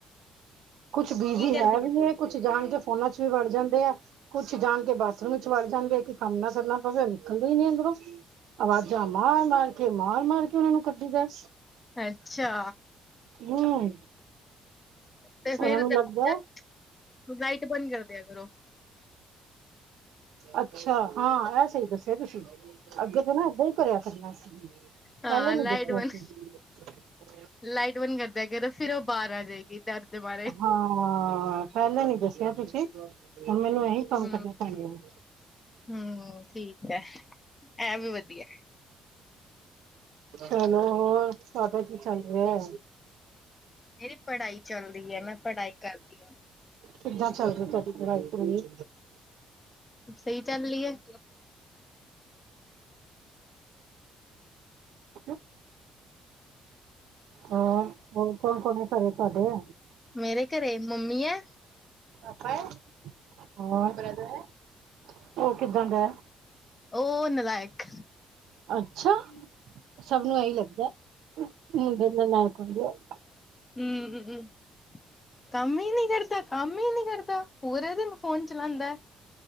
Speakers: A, on the right; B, on the left.
A: ਕੁਛ ਬਿਜੀ
B: ਕੀ ਕਰਦੀ
A: ਹੈ ਵੀ ਇਹ ਕੁੱਛ ਜਾਣ ਕੇ ਫੋਨਾਂ ਚ ਵੀ ਵੜ ਜਾਂਦੇ ਆ ਕੁੱਛ ਜਾਣ ਕੇ ਬਾਥਰੂਮ ਚ ਵੜ ਜਾਂਦੇ ਆ ਕਿ ਕੰਮ ਨਾ ਕਰਨਾ ਪਵੇ ਉਹ ਨਿਕਲਦਾ ਹੀ ਨੀ ਅੰਦਰੋਂ। ਬਸ ਆਵਾਜ਼ਾਂ ਮਾਰ ਮਾਰ ਕੇ ਮਾਰ ਮਾਰ ਕੇ ਉਹਨਾ ਨੂੰ ਕੱਢੀ ਦਾ
B: ਅੱਛਾ
A: ਹਮ
B: ਤੇ ਫੇਰ
A: ਉਹਨਾ ਨੂੰ
B: ਦਰਵਾਜ਼ਾ
A: ਲੱਗਦਾ।
B: ਲਾਈਟ ਬੰਦ ਕਰ ਦਿਆ ਕਰੋ।
A: ਅੱਛਾ ਹਾਂ ਇਹ ਸਹੀ ਦੱਸਿਆ ਤੁਸੀਂ ਅੱਗੇ ਤੋਂ ਨਾ ਏਦਾਂ ਹੀ ਕਰਿਆ ਕਰਨਾ ਅਸੀ
B: ਹਾਂ
A: ਪਹਿਲੇ
B: ਲਾਈਟ
A: ਨੀ ਦੱਸਿਆ
B: ਬੰਦ
A: ਸੀ।
B: ਲਾਈਟ ਬੰਦ ਕਰਦਿਆ ਕਰੋ ਫਿਰ ਉਹ ਬਾਹਰ ਆ ਜਾਏਗੀ ਡਰ ਦੇ ਮਾਰੇ
A: ਹਾਂ ਪਹਿਲੇ ਨੀ ਦੱਸਿਆ ਤੁਸੀਂ ਹੁਣ ਮੈਨੂੰ ਇਹੀ
B: ਹੂੰ
A: ਕੰਮ ਕਰਨੇ ਪੈਣੇ ਆ।
B: ਹੂੰ ਠੀਕ ਹੈ ਇਹ ਵੀ ਵਧੀਆ
A: ਚਲੋ ਹੋਰ ਸਦਾ ਹੀ ਚੱਲ ਰਿਹਾ।
B: ਮੇਰੀ ਪੜ੍ਹਾਈ ਚੱਲਦੀ ਹੈ ਮੈਂ ਪੜ੍ਹਾਈ ਕਰਦੀ ਹਾਂ।
A: ਕਿੱਦਾਂ ਚੱਲਦੀ ਤੁਹਾਡੀ ਪੜ੍ਹਾਈ ਪੜੋਈ।
B: ਸਹੀ ਚਲ ਰਹੀ ਹੈ?
A: ਚ ਹੋਰ ਹੋਰ ਕੌਣ ਕੌਣ ਘਰੇ ਤੁਹਾਡੇ?
B: ਮੇਰੇ ਘਰੇ ਮੰਮੀ ਹੈ
A: ਪਾਪਾ ਹੈ ਹੋਰ ਬਰਦਰ ਹੈ ਉਹ ਕਿੱਦਾਂ ਦਾ?
B: ਉਹ ਨਲਾਇਕ
A: ਅੱਛਾ
B: ਹੂੰ
A: ਸਭ ਨੂੰ ਇਹੀ ਲੱਗਦਾ ਮੁੰਡੇ ਨਾਲਾਇਕ ਹੁੰਦੇ ਏ।
B: ਹਮ ਕੰਮ ਹੀ ਨੀ ਕਰਦਾ ਕੰਮ ਨੀ ਕਰਦਾ ਪੂਰਾ ਦਿਨ ਫੋਨ ਚਲਾਉਂਦਾ।